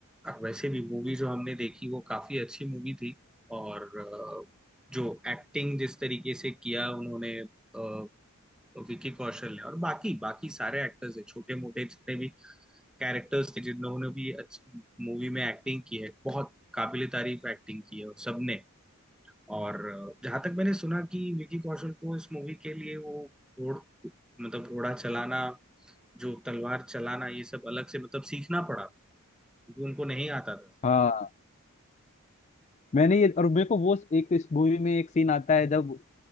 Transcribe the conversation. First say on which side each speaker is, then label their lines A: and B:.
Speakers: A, in the centre; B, on the left.
A: अब वैसे भी मूवी जो हमने देखी वो काफी अच्छी मूवी थी और अ, जो एक्टिंग जिस तरीके से किया उन्होंने अ, विकी कौशल ने और बाकी बाकी सारे एक्टर्स है छोटे मोटे जितने भी कैरेक्टर्स थे जिन्होंने भी अच्छी मूवी में एक्टिंग की है बहुत काबिल तारीफ एक्टिंग की है और सबने और जहां तक मैंने सुना कि विकी कौशल को इस मूवी के लिए वो घोड़ मतलब घोड़ा चलाना जो तलवार चलाना ये सब अलग से मतलब सीखना पड़ा क्योंकि उनको नहीं आता था
B: हाँ मैंने ये और मेरे को वो एक इस मूवी में एक सीन आता है जब